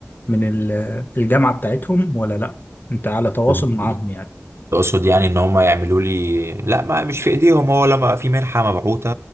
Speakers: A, on the left; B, on the right.
A: من ال- الجامعة بتاعتهم ولا لا انت على تواصل
B: يعني
A: معاهم يعني
B: تقصد يعني ان هم يعملوا لي لا ما مش في ايديهم هو لما في منحة مبعوثة